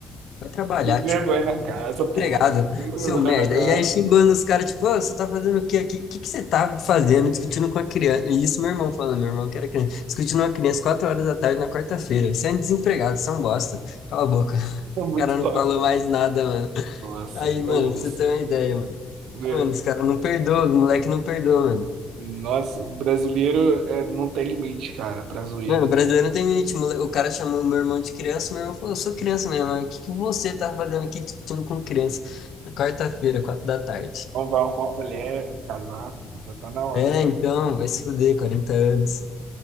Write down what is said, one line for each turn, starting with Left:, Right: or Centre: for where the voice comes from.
Left: vai trabalhar,
Right: E vergonha
Left: tio.
Right: na casa,
Left: Empregado,
Right: pô. E Vergonha
Left: seu merda.
Right: na cara.
Left: E aí xingando os caras, tipo, "Ô, você tá fazendo o que aqui? O que que você tá fazendo? Discutindo com a criança. E isso meu irmão falando, meu irmão que era criança. Discutindo com a criança quatro horas da tarde na quarta-feira. Você é um desempregado, você é um bosta. Cala a boca. <laughs>
Right: É muito
Left: O cara
Right: top.
Left: não falou mais nada, mano.
Right: Nossa,
Left: Aí,
Right: aí
Left: mano,
Right: eu uso.
Left: pra você ter uma ideia, mano.
Right: É.
Left: Mano, os caras não perdoam, os moleque não perdoa, mano.
Right: Nossa, o brasileiro é, não tem limite, cara, pra zoeira.
Left: Mano, o brasileiro não tem limite. mole- O cara chamou meu irmão de criança, meu irmão falou, eu sou criança mesmo. mas O que que você tá fazendo aqui discutindo com criança? Na quarta-feira, quatro da tarde.
Right: Então vai arrumar uma mulher, casar, filho, já tá na hora
Left: É,
Right: já.
Left: então, vai se fuder, 40 anos.